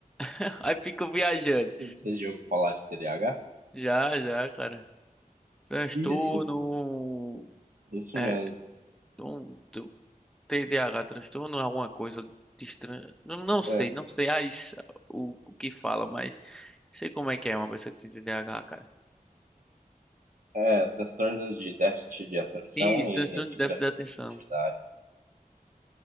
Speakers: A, in the centre; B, on the right.
A: <laughs> aí fica viajando.
B: Vocês já ouviram falar de TDAH?
A: Já, já, cara. Transtorno.
B: Isso, isso
A: É.
B: mesmo.
A: Um, tu- TDAH, transtorno, alguma coisa. de estran- Não, não sei,
B: É,
A: não sei as, o, o que fala, mas sei como é que é uma pessoa que tem TDAH, cara.
B: é transtorno de déficit de atenção
A: Isso,
B: e
A: transtorno
B: hiperatividade.
A: de déficit de atenção.